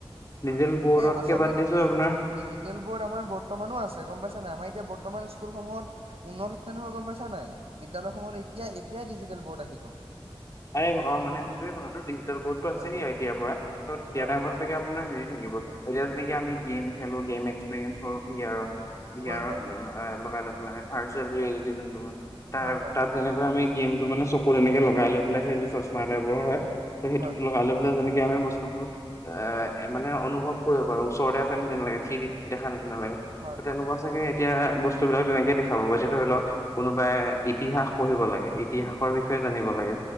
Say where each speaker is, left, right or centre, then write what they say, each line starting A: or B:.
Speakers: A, on the left; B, on the right.
A: ডিজিটেল
B: হয়
A: বৰ্ডতকে
B: এই আচতে
A: বাদ দিছো আপোনাৰ
B: ডিজিটেল বৰ্ড আমাৰ বৰ্তমানো আছে গম পাইছ নাই আমাৰ এতিয়া বৰ্তমান স্কুলসমূহত উন্নত হৈছে নহয় গম পাইছা নাই। বিদ্যালসমূহত এতিয়া এতিয়াই ডিজিটেল বৰ্ড আহিল। ভোন
A: এই অ মানে সেইটোয়ে কথাটো দ ডিজিটেল বৰ্ড টো আছেই
B: হয় হয়
A: এতিয়াৰ পৰা
B: অ
A: টাইমতে
B: হয়
A: আপোনাৰ হেৰি থাকিব এতিয়া যেনেকে আমি গেম খেলো গেম এক্সপৰিয়েন্স ভহাৰত
B: অ
A: বিহাৰত
B: হয় হয়
A: লগাই লগ ভাৰ্চুৱেল য়েলিটি যোনটো হয়। ত
B: হয়
A: তাত
B: হয়
A: যেনেকৈ আমি গেম ত মানে চকু এনেকে লগাই লৈ লে সেইযোৰ চশমা টাইবৰ হয়। ত সেইটোত
B: হয় হয় হয়
A: লগাই লৈ পেলাই যেনেকে আমি বস্তুবোৰ এ মানে অনুভৱ কৰিব পাৰো। ওচৰতে আছে নে যেন লাগে থি দি দেখা নিচিনা লাগে
B: হয় হয় হয়
A: তেনেকুৱা
B: হয়
A: চাগে এতিয়া বস্তু বস্তুবিলাক তেনেকে দেখা পাব এতিয়া ধৰি লওক কোনোবাই ইতিহাস পঢ়িব লাগে। ইতিহাসৰ
B: হয়
A: বিষয়ে জানিব লাগে।